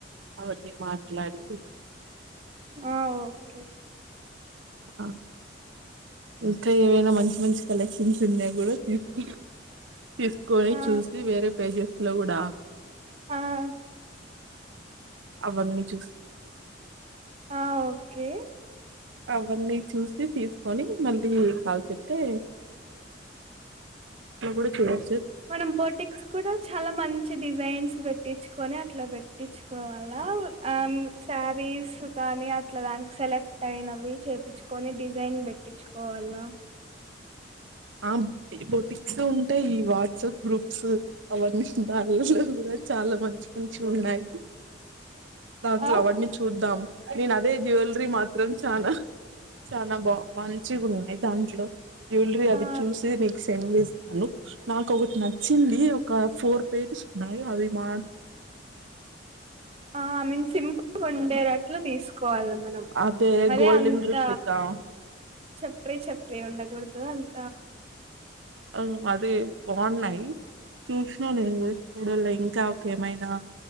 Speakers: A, on the right (about 80°); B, on the right (about 30°).
A: అవన్నీ మాట్లాడుతూ
B: ఆ ఓకే
A: హా ఇంకా ఏవైనా మంచి మంచి కలెక్షన్స్ ఉన్నా కూడా తీసుకురా తీసుకొని
B: ఆ
A: చూసి వేరే ప్రైజెస్ లో కూడా
B: ఆ
A: అవ్వన్నీ చూసి
B: ఆ ఓకే
A: అవన్నీ చూస్తే తీసుకొని మళ్ళీ నీకు కాల్సి అయితే కూడా చూడొచ్చు
B: మనం బోటిక్స్ కూడా చాలా మంచి డిజైన్స్ పెట్టి కుట్టించుకొని అట్లా పెట్టించుకోవాల ఆ శారీస్ కానీ ఇట్లా దానికి సెలెక్ట్ అయినవి చేపించుకొని డిజైన్ పెట్టించుకో పోవాల్నా
A: ఆ బుటిక్ ఆ బోటిక్ సో ఉంటాయి ఈ వాట్సాప్ గ్రూప్స్ అవన్నీ దాంలలో కూడా చాలా మంచి మంచి ఉన్నాయి దాంట్లో
B: ఆ
A: అవని చూద్దాం నేను అదే జ్యూవెలరీ త్రీ మాత్రం చానా చానా బా మంచిగా ఉన్నాయి దాంట్లో జ్యూవెలరీ అది
B: ఆ
A: చూసే బిక్స్ టెన్ డేస్ అను నాకు ఒకటి నచ్చింది ఒక ఫోర్ పేజెస్ ఉన్నాయి అవి మా
B: ఆ ఐ మీన్ సింపుల్గా ఉండేటట్లు తీసుకోవాలి మనం
A: అదే
B: మరి
A: గోల్డెన్
B: అంత
A: రిప్లికా
B: చెప్పరే చెప్పరే ఉండకూడదు అందు
A: అంగ్ అది బాగున్నాయి చూసిన నేను కూడా <unintelligible> లో ఇంకా ఓకేమై ఆ